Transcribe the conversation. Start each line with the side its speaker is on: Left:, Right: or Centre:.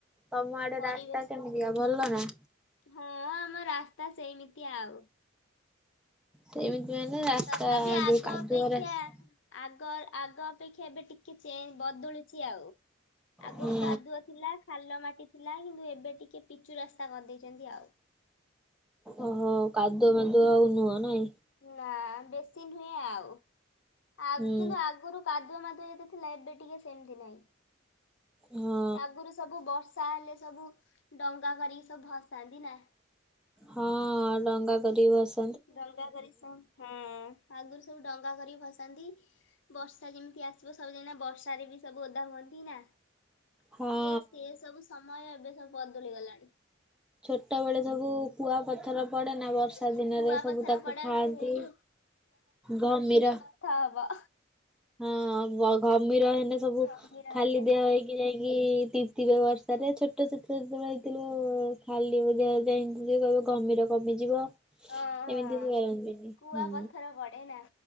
Centre: ତମ ଆଡେ
Left: ପରିବେଶ
Centre: ରାସ୍ତା କେମିତିକା ଭଲ ନା।
Left: ହଁ ଆମ ରାସ୍ତା ସେଇମିତି ଆଉ।
Centre: ସେମିତି ମାନେ। ରାସ୍ତା
Left: ତଥାପି ଆଗ
Centre: ଯୋଉ କାଦୁଅ
Left: ଅପେକ୍ଷା
Centre: ରାସ୍ତା
Left: ଆଗ ଆଗ ଅପେକ୍ଷା ଏବେ ଟିକେ। ଟିକେ ଚେଞ୍ଜ ବଦଳିଛି ଆଉ ଆଗରୁ
Centre: ହୁଁ
Left: କାଦୁଅ ଥିଲା। ଖାଲ ମାଟି ଥିଲା କିନ୍ତୁ ଏବେ ଟିକେ ପିଚୁ ରାସ୍ତା କରିଦେଇଛନ୍ତି ଆଉ।
Centre: ଓହୋ କାଦୁଅମାଦୁଆ ଆଉ ନୁହଁ ନାଇଁ।
Left: ନା ବେଶୀ ନୁହେଁ ଆଉ ଆଗରୁ
Centre: ହୁଁ
Left: କିନ୍ତୁ ଆଗରୁ କାଦୁଅ କାଦୁଅ ଯେତେ। ଥିଲା ଏବେ ଟିକେ ସେମତି ନାଇଁ
Centre: ହଁ
Left: ଆଗରୁ ସବୁ ବର୍ଷା। ବର୍ଷା ହେଲେ ସବୁ ଡଙ୍ଗା କରିକି ସବୁ ଭସାନ୍ତି ନା।
Centre: ହଁ ଡଙ୍ଗା କରି ଭସ୍।
Left: ଡଙ୍ଗା କରିକି ସବୁ ହୁଁ। ଆଗରୁ ସବୁ ଡଙ୍ଗା କରିକି ଭସାନ୍ତି ବର୍ଷା ଯେମିତି ଆସିବ ସବୁଯାଇକିନା ବର୍ଷାରେ ବି। ସବୁ ଓଦା ହୁଅନ୍ତି ନା
Centre: ହଁ
Left: ସିଏ ସିଏ ସବୁ ସମୟ ଏବେ ସୁ ବଦଳି ଗଲାଣି।
Centre: ଛୋଟବେଳେ ସବୁ କୁଆପଥର। ପଡେ ନା ବର୍ଷା ଦିନରେ
Left: ଉଁ କୁଆପଥର
Centre: ସବୁ ତାକୁ
Left: ପଡା
Centre: ଖାଆନ୍ତି
Left: ହେଇଲୁ
Centre: ଘମିର।
Left: କ ହବ।
Centre: ହଁ ଘମିର ହେଲେ ସବୁ
Left: ଧମିରା
Centre: ଖାଲି
Left: ହେଲେ
Centre: ଦେହ
Left: ହଁ
Centre: ହେଇକି। ଯାଇକି ତିନ୍ତିବ ବର୍ଷା ରେ ଛୋଟ ଛୋଟ ଯେତେବେଳେ ହେଇଥିଲିବ ଖାଲି ଦେହରେ ଯାଇ ବୁଲିବୁ। ଘମିର କମିଯିବ।
Left: ଓ ହଁ
Centre: ଏମିତି କରନ୍ତିନି
Left: କୁଆ
Centre: ହୁଁ।
Left: ପଥର ପଡେ ନା।